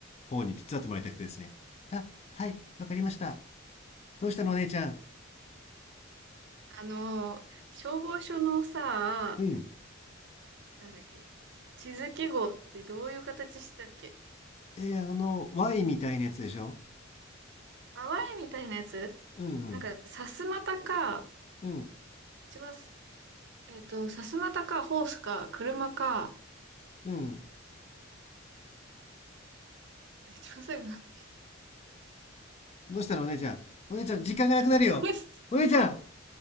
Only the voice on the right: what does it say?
あの、消防署のさ、
なんだっけ。地図記号ってどういう形してたっけ
淡いみたいなやつ
なんか、さすまたか、
一番す、えっと、さすまたか、ホースか、車か、
一番最後なんだっけ
すごい、<laughs>